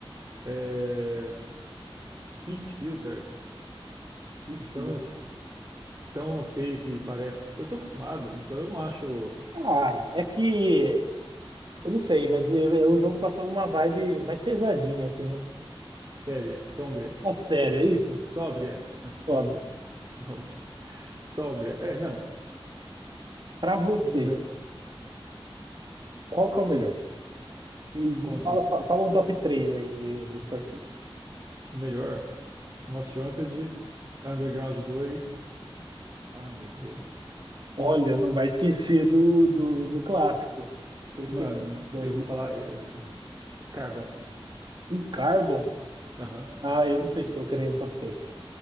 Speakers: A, on the right; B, on the right.
A: é, Peace Filter,
B: Desfio.
A: de tão, tão feio que parece. Eu tô acostumado, então eu não acho
B: Ah, é que. Eu não sei, mas eu- eu- o jogo passava uma vibe mais pesadinha, assim.
A: séria, sombria,
B: Uma sério, é isso?
A: sóbria, né,
B: Sobe.
A: sombria. Sombria. <laughs> Sóbria. É, não.
B: Pra você,
A: Não é
B: qual que é o melhor? E
A: como
B: e
A: assim?
B: fala, fa- fala um top 3 aí de Need for Speed.
A: O melhor. Most Wanted, Underground dois Ai, meu Deus.
B: Olha, não vai esquecer do, do, do clássico. Você esqueceu
A: Mano,
B: daí.
A: eu vou falar. Eu... Carbon.
B: O Carbon.
A: Aham.
B: Ah, eu não sei se colocaria no top 3.